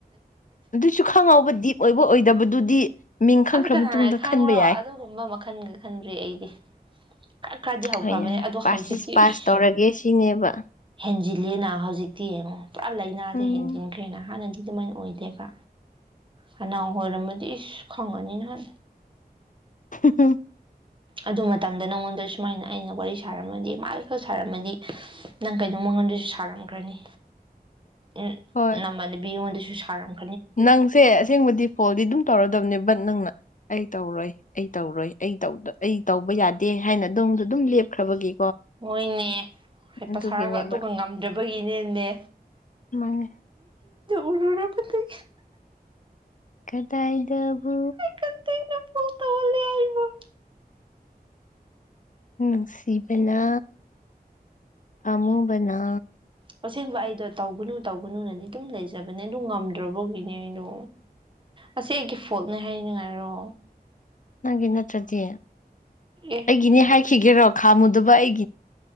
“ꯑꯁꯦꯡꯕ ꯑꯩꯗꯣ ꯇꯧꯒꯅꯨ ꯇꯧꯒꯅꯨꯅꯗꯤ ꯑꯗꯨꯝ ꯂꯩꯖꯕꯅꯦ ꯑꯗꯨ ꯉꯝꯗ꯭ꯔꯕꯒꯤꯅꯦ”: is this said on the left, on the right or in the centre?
Right